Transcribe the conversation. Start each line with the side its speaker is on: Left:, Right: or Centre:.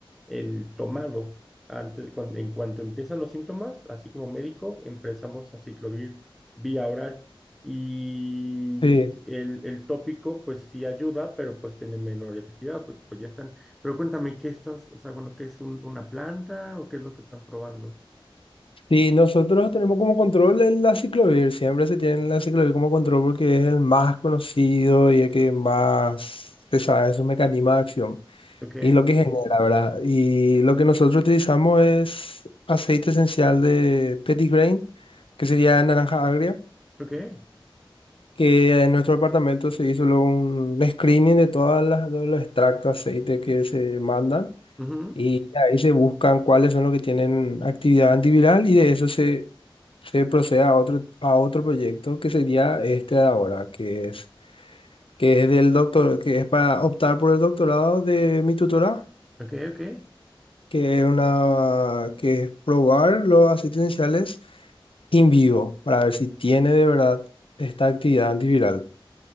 Centre: el tomado. Antes, cuando, en cuanto empiezan los síntomas, así como médico, empezamos a ciclovir vía oral. Y
Left: Sí.
Centre: el, el tópico, pues sí ayuda, pero pues tiene menor efectividad, porque pues ya están. Pero cuéntame, ¿qué estás, o sea, bueno, qué es un- una planta o qué es lo que están probando?
Left: Sí, nosotros tenemos como control el- la ciclovir. Siempre se tiene la ciclovir como control porque es el más conocido y el que más se sabe sus mecanismo de acción.
Centre: Ok,
Left: Y lo que genera, ¿verdad? Y lo que nosotros utilizamos es aceite esencial de grain, que sería naranja agria,
Centre: ok,
Left: que en nuestro departamento se hizo luego un screening de todas las, todos los extractos de aceite que se mandan
Centre: ujú,
Left: y ahí se buscan cuáles son los que tienen actividad antiviral y de eso se, se procede a otro, a otro proyecto que sería este de ahora, que es, que es del doctor, que es para optar por el doctorado de mi tutora
Centre: ok, ok.
Left: que es una, que es probar los aceites esenciales in vivo para ver si tiene de verdad esta actividad antiviral.